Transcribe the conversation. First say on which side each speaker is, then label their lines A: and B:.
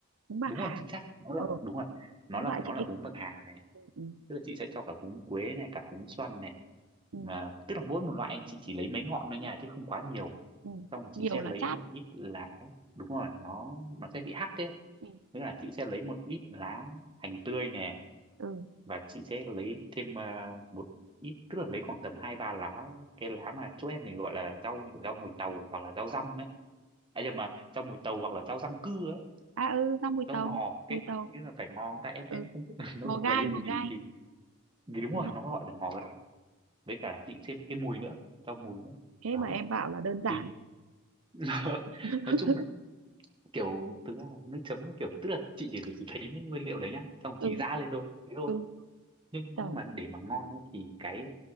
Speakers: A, on the right; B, on the right.
A: húng bạc
B: đúng
A: hà.
B: rồi chính xác nó là
A: Ừ,
B: đúng rồi nó
A: đúng
B: là
A: loại
B: nó
A: chị
B: là
A: thích.
B: húng bạc hà này
A: Ừ.
B: tức là chị sẽ cho cả húng quế này cả húng xoăn này
A: Ừ.
B: mà tức là mỗi một loại chị chỉ lấy mấy ngọn thôi nha chứ không quá nhiều
A: Ừ.
B: xong rồi chị
A: Nhiều
B: sẽ
A: là
B: lấy
A: chát.
B: một ít lá đúng rồi nó nó sẽ bị hắc ấy
A: Ừ.
B: với là chị sẽ lấy một ít lá hành tươi nè
A: Ừ.
B: và chị sẽ lấy thêm à, một ít tức là lấy khoảng tầm hai ba lá cái lá mà chỗ em thì gọi là rau như kiểu rau mùi tàu hoặc là rau răm ấy à nhưng mà rau mùi tàu hoặc là rau răng cưa ấy
A: À ừ, rau mùi
B: rau
A: tàu,
B: ngò cái
A: mùi tàu.
B: hình như là phải ngò tại em em
A: Ừ,
B: không biết là <laughs> nó
A: ngò
B: gọi
A: gai,
B: là cái
A: ngò gai.
B: gì thì thì đúng
A: Đúng
B: rồi
A: rồi.
B: nó gọi là ngò gai với cả chị thêm cái mùi nữa rau mùi nữa
A: Thế
B: đó
A: mà em bảo là đơn giản.
B: thì <laughs>
A: <laughs>
B: nói chung là kiểu thực ra là cái nước chấm nó kiểu tức là chị chỉ thấy những nguyên liệu đấy nhá xong rồi
A: ừ,
B: chị giã lên thôi thế thôi
A: ừ,
B: nhưng
A: trời.
B: nhưng mà để mà ngon ấy, thì cái